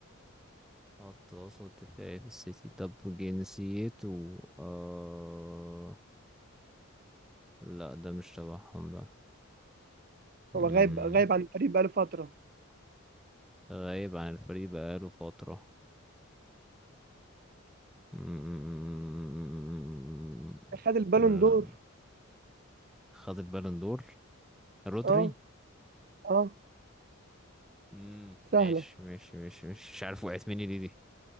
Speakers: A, in the centre; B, on the right (about 45°).
A: خط وسط دفاعي في السيتي طب جنسيته آه... لا ده مش تبعهم ده مم.
B: هو غايب غايب عن الفريق بقاله فترة
A: غايب عن الفريق بقاله فترة مم.
B: خد البالون
A: لا.
B: دور
A: خد البالون دور رودري
B: آه آه
A: مم.
B: سهلة
A: ماشي ماشي ماشي ماشي مش عارف وقعت مني ليه دي